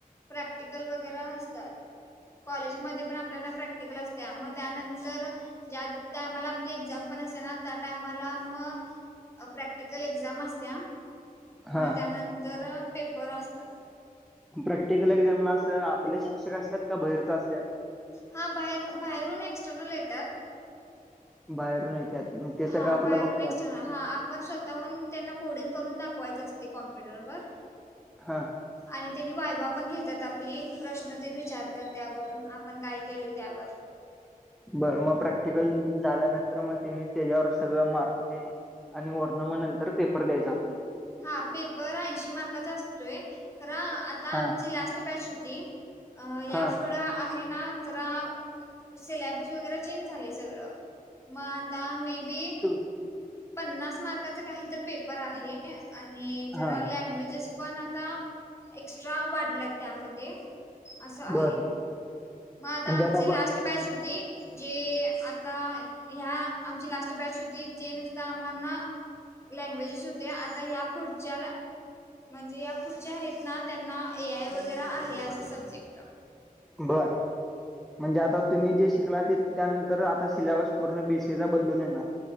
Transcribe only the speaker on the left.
प्रॅक्टिकल वगैरे असतात कॉलेजमध्ये पण आपल्याला प्रॅक्टिकल असत. त्या मग त्यानंतर ज्या टायमाला आपली, एक्झाम पण असते ना, त्या टायमाला मग. प्रॅक्टिकल एक्झाम असत्या आ. मग
त्यानंतर पेपर असतात.
हां बाहेर, बाहेरून एक्सटर्नल येतात.
हा
बाहेरून
एक्सटर्नल हा आपण स्वतःहून त्यांना, कोडिंग करून दाखवायचं असते, कॉम्प्युटरवर.
आणि त्यांनी वायवा पण घेतात आपली. प्रश्न ते न विचारत्यात. त्यावर. आपण काय केलोय, त्यावर.
हा, पेपर ऐंशी मार्काचा असतोय, खरं. आता
आमची लास्ट बॅच होती. अ या
पुुढं आहे ना. जरा, सलॅब्स वगैरे चेंज झालेय, सगळं. मग आता, मे बी
पन्नास मार्काचा काहीतर पेपर आहे. आणि जरा
लँग्वेजेस पण आता एक्स्ट्रा वाढल्यात, त्यामध्ये. असं आहे.
मग आता,
आमची लास्ट
बॅच होती. जे आता, ह्या आमची लास्ट बॅच होती. जे नुसता आम्हाना लँग्वेजेस होते. आता या पुढच्याला म्हणजे या पुढच्या आहेत ना. त्यांना ए आय वगैरे आहे असे सब्जेक्ट.